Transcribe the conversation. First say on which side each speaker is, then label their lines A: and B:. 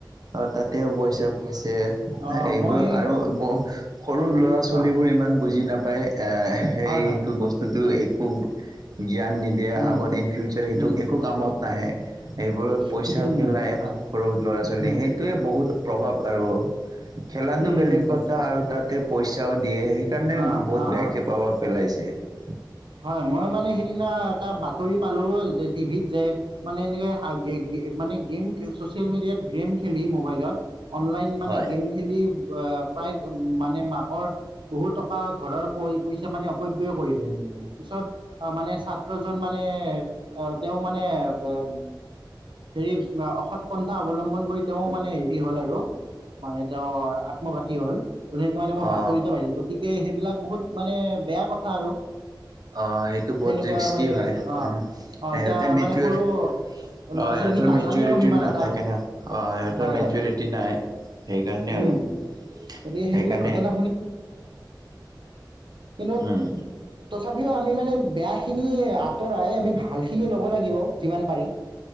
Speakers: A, on the right; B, on the right.
A: অ তাতেও পইচা পাইছে
B: অ
A: এইবোৰ
B: মই
A: আৰু ব সৰু ল'ৰা ছোৱা চলিবোৰ
B: অ
A: ইমান বুজি নাপায় পায় অ অ সেইটো
B: হয় হয়
A: বস্তুটো এটো খুব উ জ্ঞান নিদিয়ে
B: উম
A: আগত ইন ফিউচাৰ সেইটো
B: উম
A: একো কামত নাহে এইবোৰত পইচা
B: উম
A: পেলাই
B: হয়
A: সৰু ল'ৰা ছোৱালী
B: উম
A: সেইটোয়ে বহুত প্ৰভাৱ আৰু খেলাটো
B: উম
A: বেলেগ
B: উম
A: কথা আৰু তাতে পইচ <unintelligible> দিয়ে সেইকাৰণে
B: অ
A: বহুত
B: অ
A: বেয়াকে
B: অ
A: প্ৰভাৱ পেলাইছ কে
B: হয় মই মানে সেইদিনা এটা বাতৰি পালো যে টিভিত যে মানে এনেকে মানে গে গে গেম চচিয়েল মিডিয়াত গেম খেলি মোবাইলত অনলাইন মানে
A: হয়
B: গেম খেলি বা প্ৰায় মানে মাকৰ বহুত টকা ঘৰৰ পইচা মানে অপব্যয় কৰিলে এনেকে মানে পিছত অ মানে ছাত্ৰজন ম মানে অ তেওঁ মানে বা অ হেৰি অসৎ পন্থা অৱলম্বন কৰি তেওঁ মানে হেৰি হ'ল আৰু মানে তেওঁ আত্মঘাতী হল এবিলাকে মানেই
A: অ
B: বাতৰি এটা পাইছো গতিকে সেই এইবিলাক বহুত মানে বেয়া কথা আৰু
A: আহ সেইটো
B: সেনেকুৱা
A: বহুত ৰিস্কি
B: মানে
A: হয়
B: অ
A: সিহঁতে
B: অ এতিয়া
A: ম
B: মানে
A: অ
B: সৰু
A: সিহঁতৰ
B: ল'ৰা ছোৱালীখিনি নাজানেও
A: মেচউ মেচউৰিটি
B: সিমান
A: নাথাকে
B: এটা
A: ন অ সিহঁতৰ
B: হয়
A: মেচউৰিটি
B: হয়
A: নাই সেইকাৰণে আৰু
B: উম
A: সেইকাৰণে
B: গতিকে সেইবিলাক ঘটনা কিন্ত
A: উম
B: তথাপ আমি মানে বেয়া খিনি আঁতৰাই আমি ভাল খিনি ল'ব লাগিব যিমান পাৰি